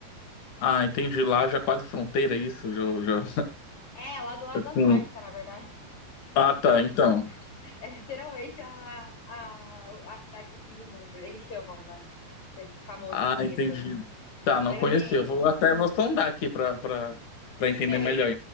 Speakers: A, on the left; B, on the left.
A: Ah, entendi. Lá já é quase fronteira é isso, já, já...
B: É, lá do lado
A: <laughs>
B: da Antártica,
A: com-
B: na verdade.
A: Ah,
B: <laughs>
A: tá,
B: Tipo,
A: então.
B: é literalmente a, a, a cidade do fim do mundo. Eles chamam, né? Que é famoso
A: Ah,
B: por
A: entendi.
B: isso.
A: Tá, não
B: Mas
A: conheceu.
B: assim,
A: Vou até vou sondar aqui pra para para entender
B: meu,
A: melhor.
B: e